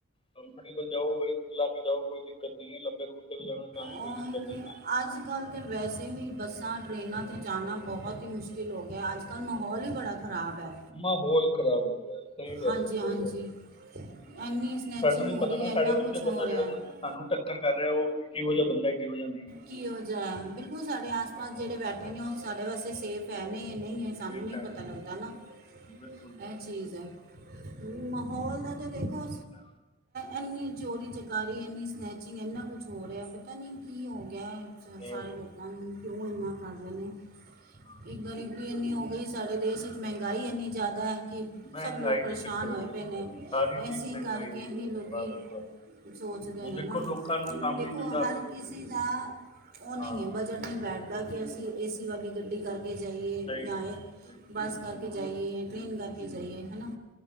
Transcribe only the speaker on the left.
ਕੰਫਰਟੇਬਲ ਜਾਓ ਏਸੀ ਚਲਾ ਕੇ ਜਾਓ ਕੋਈ ਦਿੱਕਤ ਨ ਹੈ ਲੰਬੇ ਰੂਟ 'ਤੇ ਵੀ ਜਾਣਾ ਤਾਂ ਵੀ
ਕੋਈ ਦਿੱਕਤ
ਨਹੀਂ
ਮਾਹੌਲ ਖ਼ਰਾਬ ਹੋ ਗਿਆ ਸਹੀ ਗੱਲ
ਹੈ, ਸਹੀ
ਗੱਲ ਹਾਂ
ਸਾਨੂੰ ਨਹੀਂ
ਪਤਾ
ਨਾ
ਸਾਡੇ
ਦੂਜੇ
ਬੰਦਾ ਜਿਹੜੇ
ਸਾਨੂੰ ਟੱਕਰ ਕਰ ਰਿਹਾ ਉਹ ਕੀ ਹੋ ਜਾਂ ਬੰਦਾ ਹ ਕੀ ਹੋਜਾ ਨਈ
ਇਹ ਫੈਨ
ਬਿਲਕੁਲ ਬਿਲਕੁਲ
ਆ
ਓਕੇ
ਹਾਂ
ਮਹਿੰਗਾਈ
ਦੇ ਚੱਕਰ ਵਿੱਚ
ਜੀ
ਸਾਰੀ ਚੀਜ਼
ਮਹਿੰਗਾਈ
ਦੀ
ਹੈ
ਬਸ ਬਸ
ਹੁਣ
ਦੇਖੋ
ਲੋਕਾਂ ਨੂੰ
ਕੰਮ
ਨਹੀਂ ਮਿਲਦਾ
ਹਾਂ,
ਸਹੀ
ਗੱਲ ਸਹੀ